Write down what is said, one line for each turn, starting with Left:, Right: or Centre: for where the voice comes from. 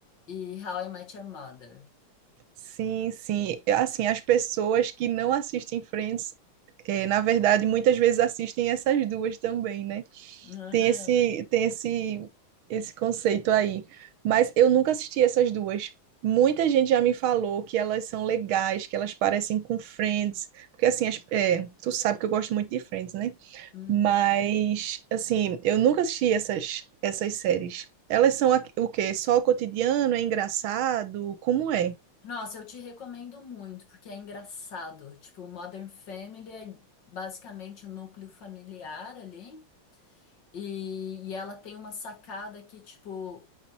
Left: e How I Met Your Mother.
Right: Sim, sim. É, Assim, as pessoas que não assistem Friends, eh, na verdade, muitas vezes assistem essas duas também, né?
Left: Aham.
Right: Tem esse, tem esse, esse conceito aí. Mas eu nunca assisti essas duas. Muita gente já me falou que elas são legais, que elas parecem com Friends, porque assim, as, eh, tu sabe que eu gosto muito de Friends, né?
Left: Uhum.
Right: Mas assim, eu nunca assisti essas essas séries. Elas são a- o quê? Só o cotidiano? É engraçado? Como é?
Left: Nossa, eu te recomendo muito, porque é engraçado. Tipo, Modern Family é basicamente o núcleo familiar ali. E, e ela tem uma sacada que, tipo,